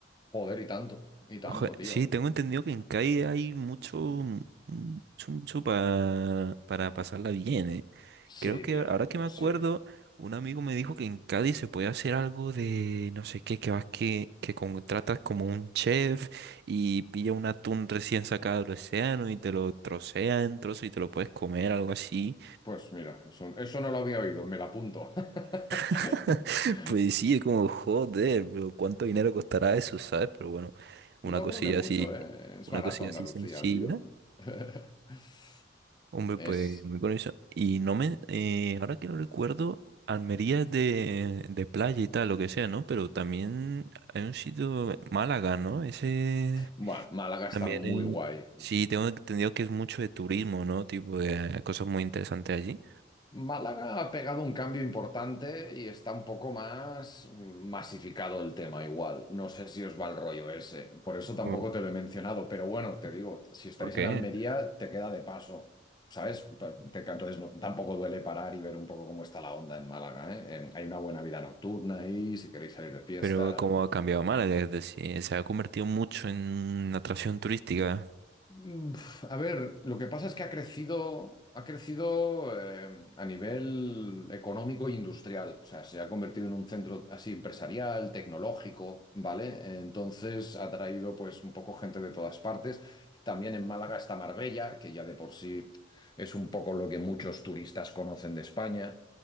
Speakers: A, on the left; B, on the right.
A: Joder, y tanto, y tanto,
B: Ojo,
A: tío.
B: sí, tengo entendido que en Cádiz hay mucho, mm, mucho, mucho pa- para pasarla bien, ¿eh?
A: Sí,
B: Creo que
A: tío,
B: ahora que me acuerdo,
A: sí.
B: un amigo me dijo que en Cádiz se puede hacer algo de no sé qué, que vas que, que contratas como un chef y pilla un atún recién sacado del océano y te lo trocea en trozos y te lo puedes comer, algo así.
A: Pues mira, eso, eso no lo había oído, me la apunto.
B: <laughs>
A: <laughs>
B: Pues sí, es como, joder, pero ¿cuánto dinero costará eso, sabes? Pero bueno, una
A: No
B: cosilla
A: creo que mucho,
B: así,
A: ¿eh? Es
B: una
A: barato
B: cosilla
A: Andalucía,
B: así sencilla.
A: tío. <laughs>
B: Hombre,
A: Es...
B: pues muy curioso. Y no me, eh, ahora que lo recuerdo, Almería es de, de playa y tal, lo que sea, ¿no? Pero también hay un sitio, Málaga, ¿no? Ese
A: Bueno, Málaga está
B: también
A: muy
B: es-
A: guay.
B: sí, tengo entendido que es mucho de turismo, ¿no? Tipo, de, hay cosas muy interesantes allí.
A: Málaga ha pegado un cambio importante y está un poco más masificado el tema igual. No sé si os va el rollo ese, por eso tampoco
B: ¿Por,
A: te lo he mencionado, pero bueno, te digo, si estáis
B: por qué?
A: en Almería, te queda de paso, ¿sabes? Pa- te- Entonces no- tampoco duele parar y ver un poco cómo está la onda en Málaga, ¿eh? En- Hay una buena vida nocturna ahí, si queréis salir de fiesta,
B: Pero como ha cambiado Málaga, es decir, se ha convertido mucho en una atracción turística.
A: Uf, A ver, lo que pasa es que ha crecido, ha crecido eh, a nivel económico e industrial. O sea, se ha convertido en un centro así empresarial, tecnológico, ¿vale? Entonces ha traído pues un poco gente de todas partes. También en Málaga está Marbella, que ya de por sí es un poco lo que muchos turistas conocen de España.